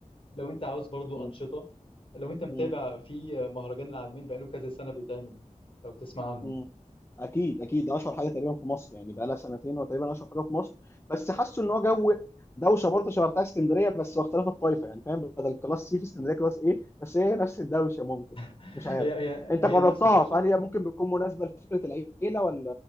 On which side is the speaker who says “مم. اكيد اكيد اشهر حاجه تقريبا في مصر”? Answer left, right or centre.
Left